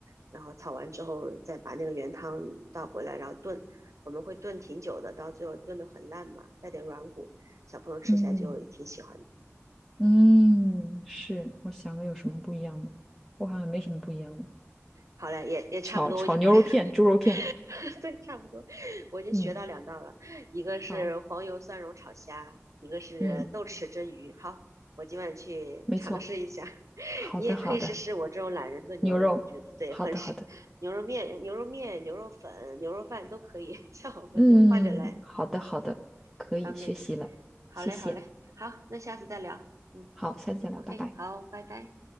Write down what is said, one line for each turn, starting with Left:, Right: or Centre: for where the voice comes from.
Right: 然后炒完之后再把那个原汤倒回来，然后炖。我们会炖挺久的，到最后炖的很烂嘛，带点软骨，小朋友吃起来就挺喜欢的
Centre: 嗯嗯，是，我想个有什么不一样的，我好像没什么不一样的。
Right: 好了，也也差不多，
Centre: 炒炒牛肉片、
Right: 我也。<laughs>
Centre: 猪肉片，
Right: <laughs> 对，差不多，我已经学到两道了，
Centre: 嗯，
Right: 一个是黄油蒜蓉炒虾，
Centre: 好，
Right: 一个是豆豉蒸鱼。
Centre: 嗯，
Right: 好，我今晚去尝试一下。
Centre: 没错，
Right: <laughs>
Centre: 好的好的，
Right: 你也可以试试我这种懒人炖牛肉，
Centre: 牛肉，
Right: 我觉得对，
Centre: 好的好的。
Right: 很适。牛肉面、牛肉面、牛肉粉、牛肉饭都可以，<laughs> 像我们就换着来，
Centre: 嗯，好的，好的，可以学习了，
Right: 挺方便的。好嘞，
Centre: 谢谢。
Right: 好嘞，好，那下次再聊。嗯
Centre: 好，下次再聊，
Right: ，OK，
Centre: 拜拜。
Right: 好，拜拜。